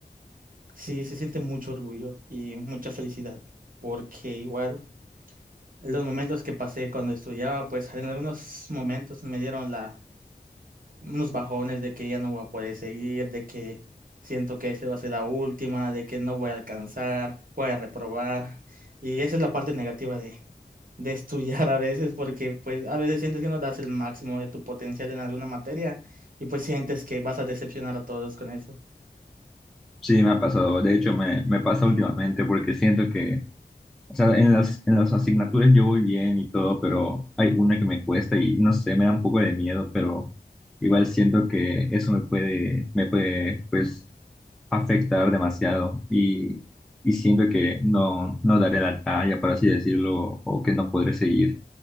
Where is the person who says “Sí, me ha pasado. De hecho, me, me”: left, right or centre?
Centre